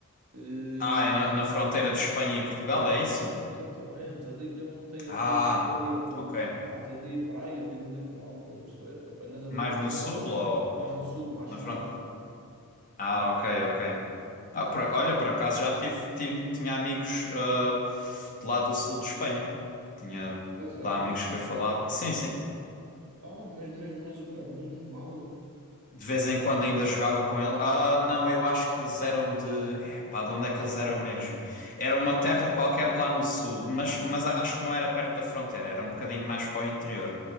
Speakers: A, on the right (about 85°); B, on the left (about 35°).
A: Eh,
B: Ah, é na, na fronteira de Espanha e Portugal, é isso?
A: Exatamente, ali não tem ali,
B: Ah,
A: ali, a-
B: ok.
A: ah, tem ali a praia, ali no litoral, estás a perceber? Apanhas ali
B: Mais
A: o litoral,
B: no sul ou
A: mais
B: ou
A: no sul, mais
B: na
A: sul,
B: fronteira?
A: mais sul,
B: Ah,
A: mais
B: ok,
A: sul.
B: ok.
A: mais sul.
B: Ah, por- olha, por acaso já tive, tive- tinha amigos ah, de lá do sul de Espanha. Tinha
A: É sério?
B: lá amigos que eu falava. Sim, sim.
A: Ah, mas, mas, mas ok, mesmo de Málaga?
B: De vez em quando ainda jogava com ele. Ah, não, eu acho que eles eram de. É pá, de onde é que eles eram mesmo? Era uma terra qualquer lá no sul, mas, mas acho que não era perto da fronteira, era um bocadinho mais para o interior.